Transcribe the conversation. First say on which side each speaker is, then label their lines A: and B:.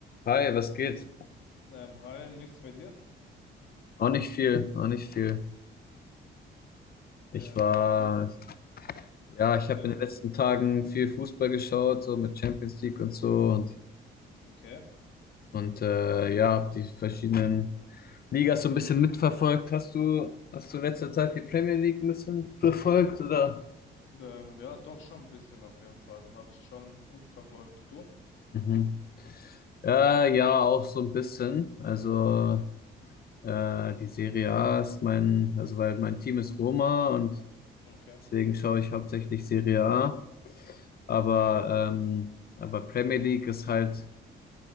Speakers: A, on the left; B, on the left.
A: Hi, was geht?
B: Ähm, hi, nichts bei dir?
A: Auch nicht viel, auch nicht viel. Ich
B: Ähm,
A: war,
B: du,
A: ja, ich habe
B: ja,
A: in den letzten Tagen viel Fußball geschaut, so mit Champions League und so und,
B: okay.
A: und äh, ja, habe die verschiedenen Ligas so ein bisschen mitverfolgt. Hast du, hast du in letzter Zeit die Premier League ein bisschen verfolgt oder?
B: Ähm, ja, doch schon ein bisschen auf jeden Fall. Hab's schon gut verfolgt, du?
A: Mhm. Äh, ja, auch so ein bisschen. Also äh, die Serie A ist mein, also weil mein Team ist Roma und
B: Okay,
A: deswegen schaue ich hauptsächlich Serie A. Aber,
B: okay.
A: ähm, aber Premier League ist halt